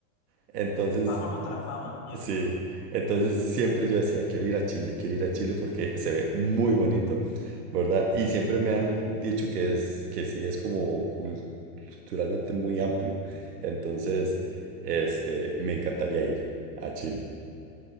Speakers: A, on the right; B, on the left.
A: Entonces,
B: Fama contra fama, ya.
A: Sí, entonces siempre yo decía, quiero ir a Chile, quiero ir a Chile porque se ve muy bonito, ¿verdad? Y siempre me han dicho que es, que sí es como culturalmente muy amplio. Entonces, este, me encantaría ir a Chile.